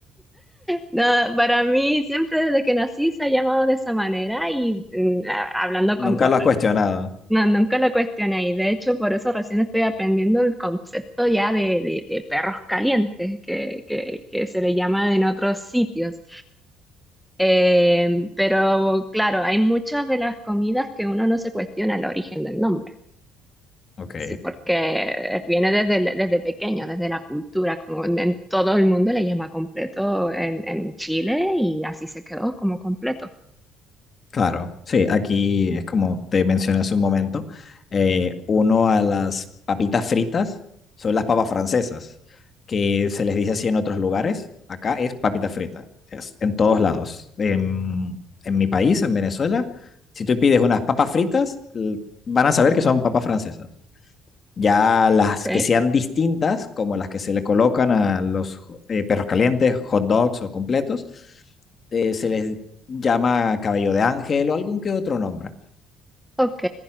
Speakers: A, in the centre; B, on the left.
A: No, para mí siempre desde que nací se ha llamado de esa manera y mm, a- hablando con
B: Nunca
A: otra.
B: lo has cuestionado.
A: No, nunca lo cuestioné y de hecho por eso recién estoy aprendiendo el concepto ya de, de- de perros calientes que, que, que se le llama en otros sitios. Eh, pero claro, hay muchas de las comidas que uno no se cuestiona el origen del nombre.
B: Ok.
A: Sí, porque viene desde, el- desde pequeño, desde la cultura, como en, en todo el mundo le llama completo en, en Chile y así se quedó como completo.
B: Claro, sí, aquí es como te mencioné hace un momento, eh, uno a las papitas fritas son las papas francesas, que se les dice así en otros lugares, acá es papita frita, es en todos lados. En, en mi país, en Venezuela, si tú pides unas papas fritas, l- van a saber que son papas francesas. Ya las
A: okay
B: que sean distintas, como las que se le colocan a los eh, perros calientes, hot dogs o completos, eh, se les llama cabello de ángel o algún que otro nombre.
A: ok.